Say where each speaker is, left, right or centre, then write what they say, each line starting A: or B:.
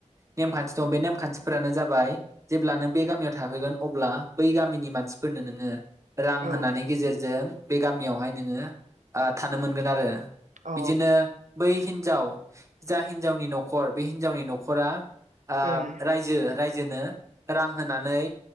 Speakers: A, on the right (about 25°); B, on the right (about 80°).
A: नेमखान्थि दं बे नेमखान्थिफोरानो जाबाय जेब्ला नों बे गामियाव थााहैगोन अब्ला बै गामिनि मानसि। फोरनो नोङो । रां
B: औ
A: होननानै गेजेरजों बे गामियावहाय नोङो ओ थानो मोनगोन आरो।
B: औ
A: बिदिनो बै हिन्जाव जा हिनजावनि न'खर बे हिनजावनि न'खरा। ओ
B: ओं
A: रायजो रायजोनो रां होनानै